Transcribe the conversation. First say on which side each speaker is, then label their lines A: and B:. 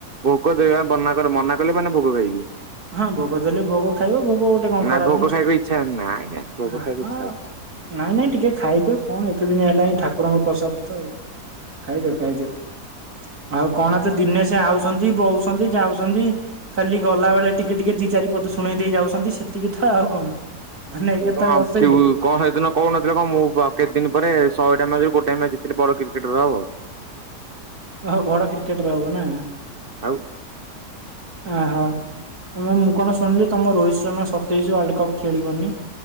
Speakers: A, on the right; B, on the right.
A: ଭୋକ ଦେବା ମନା କର ମନା କଲେ ମାନେ ଭୋଗ ଖାଇବି।
B: ହଁ ଭୋଗ ଦେଲେ ଭୋଗ ଖାଇବ ଭୋଗ ଗୋଟେ କଣ
A: ନାଇଁ
B: ଖରାପ
A: ଭୋଗ ଖାଇବାକୁ ଇଛା ନାଇଁ ନାଇଁ। ଭୋଗ
B: ଆହା
A: ଖାଇବାକୁ ଇଚ୍ଛା ହଉ
B: ନାଇଁ ନାଇଁ ଟିକେ ଖାଇଦିଅ। କଣ ଏତେ ଦିନ ହେଲାଣି ଠାକୁରଙ୍କ ପ୍ରସାଦ ତ ଆଉ ଖାଇଦିଅ ଖାଇଦିଅ। ଆଉ କଣ ତ ଦିନେ ସେ ଆଉଛନ୍ତି ବୋଉଛନ୍ତି ଯାଉଛନ୍ତି। ଖାଲି ଗଲାବେେଳେ ଟିକେ ଟିକେ ଦି ଚାରି ପଦ ଶୁଣେଇ ଦେଇ ଯାଉଛନ୍ତି ସେତିକି ତ ଆଉ କଣ? ମାନେ ଏକରେ
A: <unintelligible>
B: ତାକୁ ବସେଇଲେ
A: କଣ ସେଦିନ କହୁନଥିଲେ କଣ ମୁଁ କେତେ ଦିନ ପରେ ଶହେଟା ମ୍ୟାଚ ଗୋଟେ ମ୍ୟାଚ ଜିତିଥିଲି ବଡ କ୍ରିକେଟର ହବ।
B: ଓହୋ ବଡ଼ କ୍ରିକେଟର ହବ ନା
A: ଆଉ
B: ଓହୋ! ଆମ ମୁଁ କଣ ଶୁଣିଲି ତମ ରୋହିତ ଶର୍ମା ସତେଇଶ ୱାର୍ଲଡ କପ୍ ଖେଳିବନି।